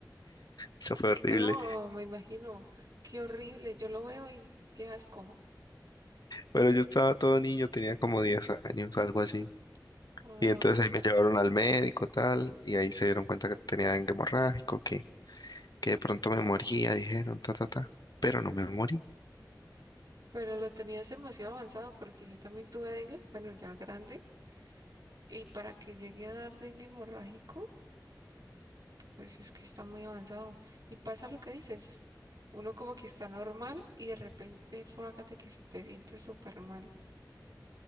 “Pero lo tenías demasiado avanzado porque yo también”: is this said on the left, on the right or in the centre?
Right